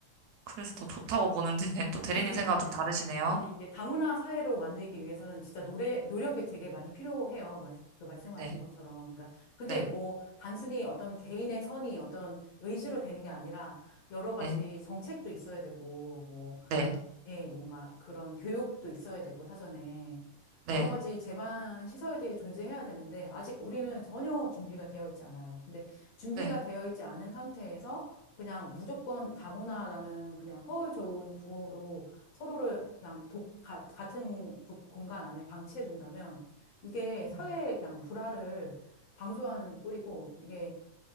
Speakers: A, on the right; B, on the left.
A: 그래서 더 좋다고 보는데 <laughs> 또 대리님
B: <laughs>
A: 생각은 좀 다르시네요.
B: 근데 이게 다문화 사회로 만들기 위해서는 진짜 노래, 노력이 되게 많이 필요해요. 말, 그 말씀하신
A: 네,
B: 것처럼. 그러니까 그게
A: 네,
B: 뭐 단순히 어떤 개인의 선이 어떤 의지로 되는 게 아니라 여러 가지
A: 네,
B: 정책도 있어야 되고 뭐
A: 네,
B: 예, 뭔가 그런 교육도 있어야 되고, 사전에.
A: 네,
B: 여러 가지 제반 시설들이 존재해야 되는데, 아직 우리는 전혀 준비가 되어 있지 않아요. 근데 준비가
A: 네,
B: 되어 있지 않은 상태에서 그냥 무조건 다문화라는 그냥 허울 좋은 구호로 서로를 그냥 독, 가, 같은 구- 공간 안에 방치해 둔다면, 이게
A: 음,
B: 사회의 그냥 불화를 방조하는 꼴이고, 이게